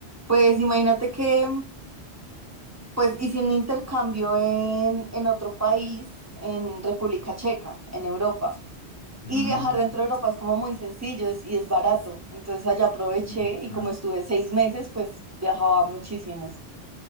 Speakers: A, on the right; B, on the left.
A: Pues imagínate que pues hice un intercambio en, en otro país, en República Checa, en Europa.
B: Mm,
A: Y viajar dentro de Europa es como muy sencillo es- y es barato. Entonces allá aproveché
B: mm,
A: y
B: mm.
A: como estuve seis meses, pues viajaba muchísimo.